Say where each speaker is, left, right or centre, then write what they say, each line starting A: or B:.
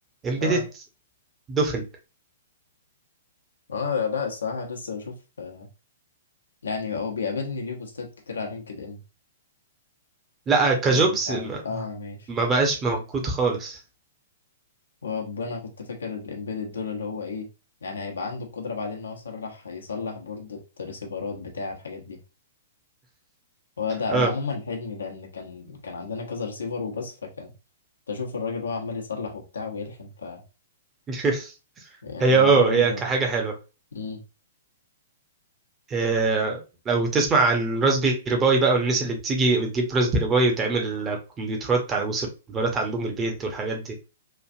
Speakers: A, on the right; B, on the left.
A: امبيدد
B: آه
A: دفن
B: أنا لا الصراحة لسه بشوف آه، يعني هو بيقابلني ليه بوستات كتير على لينكد إن
A: لا كجوبز
B: آه مش عارف
A: ما,
B: آه ماشي
A: ما بقاش موجود خالص
B: وانا كنت فاكر الامبيدد دول اللي هو ايه يعني هيبقى عنده القدرة بعدين ان هو يصلح يصلح بوردة ريسيفرات بتاع الحاجات دي هو ده
A: اه
B: ده عموما حلمي لان كان كان عندنا كذا ريسيفر وبس فكان تشوف الراجل وهو عمال يصلح وبتاع ويلحم ف
A: <laughs>
B: يعني
A: هي
B: الموضوع
A: اه
B: برضه
A: هي كحاجة حلوة
B: امم
A: آه، لو تسمع عن راسبيري باي بقى والناس اللي بتيجي بتجيب راسبيري باي وتعمل كمبيوترات وسيرفرات عندهم البيت والحاجات دي